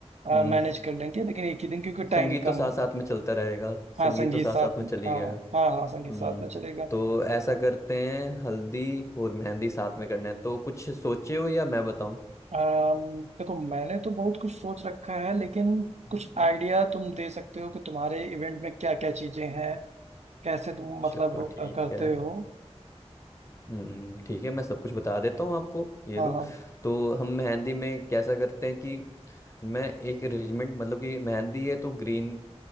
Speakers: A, on the left; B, on the right.
A: हम्म
B: मैनेज कर लेंगे लेकिन एक ही दिन क्योंकि टाइम
A: संगीत
B: कम
A: तो साथ
B: है
A: साथ में चलता रहेगा संगीत
B: हाँ संगीत
A: तो साथ
B: साथ
A: साथ में
B: में
A: चली
B: हाँ
A: जाएगा
B: हाँ हाँ संगीत
A: हम्म
B: साथ में चलेगा
A: तो ऐसा करते हैं हल्दी और मेहंदी साथ में करना है तो कुछ सोचे हो या मैं बताऊं
B: अम्म, देखो मैंने तो बहुत कुछ सोच रखा है लेकिन
A: हम्म,
B: कुछ आइडिया तुम दे सकते हो कि तुम्हारे इवेंट में क्या क्या चीजें हैं कैसे तुम मतलब
A: चलो ठीक
B: अ, करते
A: है
B: हो
A: हम्म ठीक है मैं सब कुछ बता देता हूँ आपको ये
B: हाँ
A: लो
B: हाँ
A: तो हम मेहंदी में कैसा करते हैं कि मैं एक अरेंजमेंट मतलब कि मेहंदी है तो ग्रीन